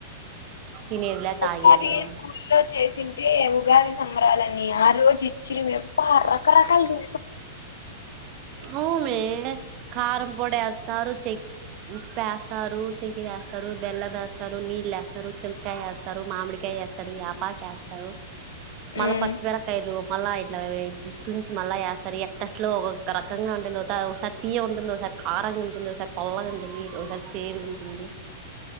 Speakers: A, on the right; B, on the left.
A: తినేదిలే తాగేదిలే
B: పాది స్కూలో చేసింతే ఉగాది సంబరాలన్నీ ఆ రోజు ఇచ్చిరి వప్ప రకరకాలు చూ
A: ఆమె కారం పొడిస్తే వేస్తారు చె ఉప్పు వేస్తారు చెకిర వేస్తారు బెల్లం వేస్తారు నీళ్లు వేస్తారు చింతకాయ వేస్తారు మామిడికాయ వేస్తారు యాపాక వేస్తారు మల్ల
B: ఉమ్,
A: పచ్చి మిరప కాయలు మ ఇలా తు మల్ల యాసరి తట్లో ఒకొక్క రకంగా ఉంటుంది ఒక ఒకసారి తీయ ఉంటుంది ఒకసారి కారంగా ఉంటుంది ఒకసారి పొల్లగా ఉంటుంది ఒకసారి చేరుగా ఉంటుంది